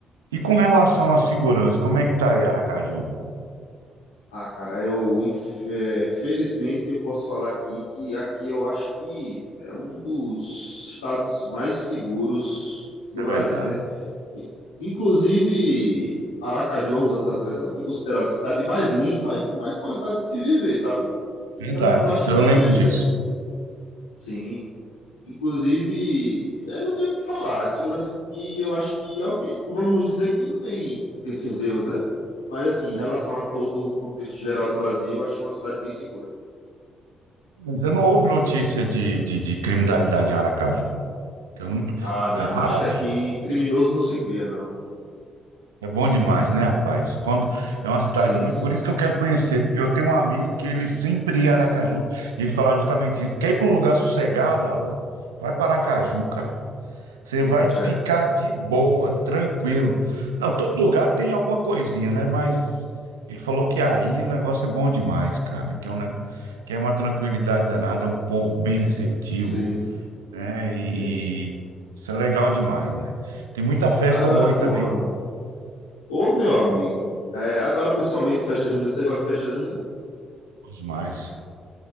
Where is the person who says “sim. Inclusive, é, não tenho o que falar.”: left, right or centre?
Left